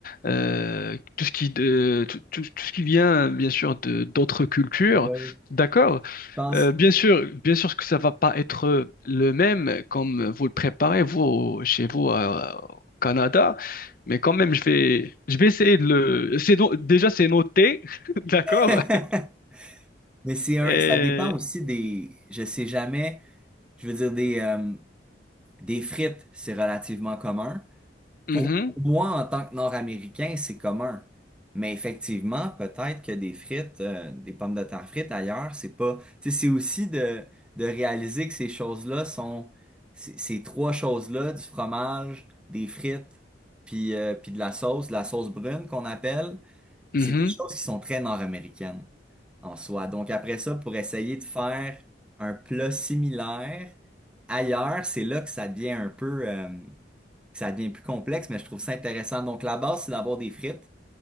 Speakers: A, on the left; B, in the centre.
A: euh, tout ce qui, de- tout, tout- tout ce qui vient, bien sûr, de d'autres cultures.
B: Ouais. Je
A: D'accord?
B: pense.
A: Euh, bien sûr, bien sûr que ça va pas être le même comme vous le préparez vous au- chez vous euh, au Canada, mais quand même je vais je vais essayer de le c'est no- déjà c'est noté, <laughs> d'accord?
B: <laughs> Mais c'est un,
A: Et
B: ça dépend aussi des, je sais jamais, je veux dire des, euh, Des frites, c'est relativement commun.
A: mhm,
B: Pour moi, en tant que Nord-Américain, c'est commun. Mais effectivement, peut-être que des frites, euh, des pommes de terre frites ailleurs, c'est pas. Tu sais, c'est aussi de, de réaliser que ces choses-là sont. c- Ces trois choses-là, du fromage, des frites, puis, euh, puis de la sauce, de la sauce brune qu'on appelle,
A: mhm,
B: c'est des choses qui sont très nord-américaines en soi. Donc après ça, pour essayer de faire un plat similaire ailleurs, c'est là que ça devient un peu, euh, que ça devient plus complexe, mais je trouve ça intéressant. Donc la base, c'est d'avoir des frites